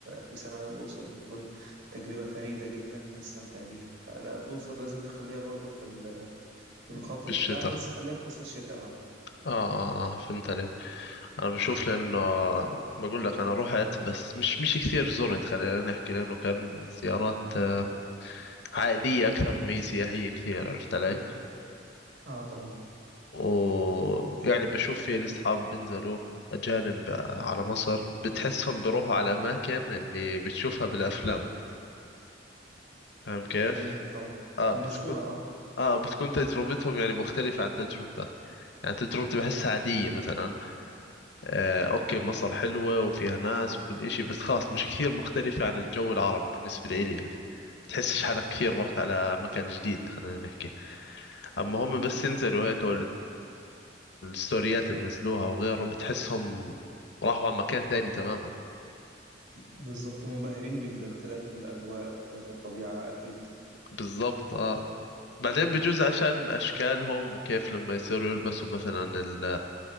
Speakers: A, on the right; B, on the left.
A: في سماء الأقصر بتكون تجربة فريدة جدا هتستمتع بيها لا الأقصر لازم تخليها برضو في ال- في المخطط
B: بالشتاء
A: بتاعك بس خليها في فصل الشتاء اه
B: آه آه آه فهمت عليك أنا بشوف لأنه بقول لك أنا رحت بس مش مش كثير زرت خلينا نحكي لأنه كان زيارات آه، عائلية أكثر مما هي سياحية كثير عرفت علي؟
A: اه طبعا
B: ويعني بشوف في لي أصحاب بينزلوا أجانب آه، على مصر بتحسهم بيروحوا على الأماكن اللي بتشوفها بالأفلام فاهم كيف؟
A: فهمتك طبعا
B: آه بتكون
A: المشهورة اه
B: آه بتكون تجربتهم يعني مختلفة عن تجربتك يعني تجربتي بحسها عادية مثلا آه أوكي مصر حلوة وفيها ناس وكل إشي بس خلاص مش كثير مختلفة عن الجو العربي بالنسبة لي يعني بتحسش حالك كثير
A: بالظبط
B: رحت على مكان جديد خلينا نحكي أما هم بس ينزلوا هيك الستوريات اللي بنزلوها وغيره بتحسهم راحوا على مكان ثاني تماما
A: بالظبط منبهرين بالاختلاف الأجواء واختلاف الطبيعة أكيد
B: بالضبط اه بعدين بجوز عشان اشكالهم وكيف لما يصيروا يلبسوا مثلا ال-